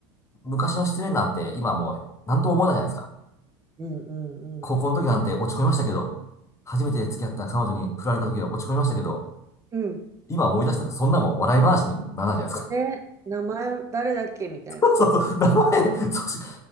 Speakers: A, on the left; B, on the right.
A: 昔の失恋なんて今もうね、なんとも思わないじゃないですか。
B: うんうんうん、
A: 高校の時なんて落ち込みましたけど、初めて付き合った彼女に振られた時は落ち込みましたけど、
B: うん、
A: 今思い出したってそんなもん笑い話にもならないじゃないですか。
B: ね、名前誰だっけみたいな。
A: <laughs> そうそう、名前、そうし、